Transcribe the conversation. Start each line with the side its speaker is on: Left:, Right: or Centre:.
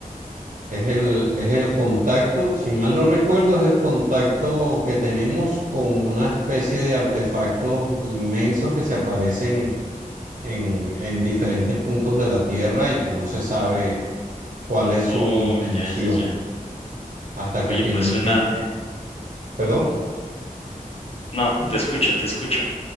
Right: Es el, es el contacto, si mal no recuerdo, es el contacto que tenemos con una especie de artefactos inmensos que se aparecen en, en diferentes puntos de la Tierra y que no se sabe cuál es
Left: Oh,
Right: su intención
Left: ya, ya, ya.
Right: hasta que
Left: Oye,
Right: finalmente,
Left: pues suena...
Right: perdón,
Left: No, te escucho, te escucho.